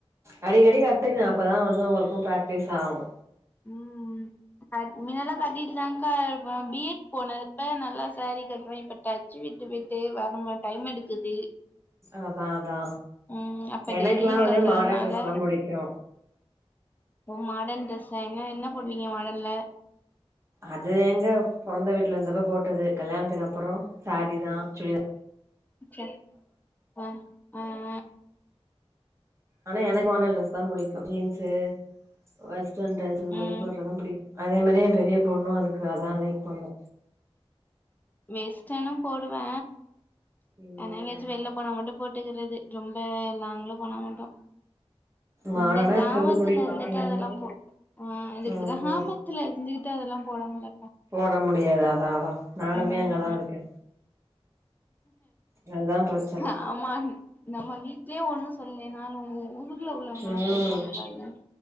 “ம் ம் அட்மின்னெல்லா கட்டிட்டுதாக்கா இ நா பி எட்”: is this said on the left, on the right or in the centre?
Left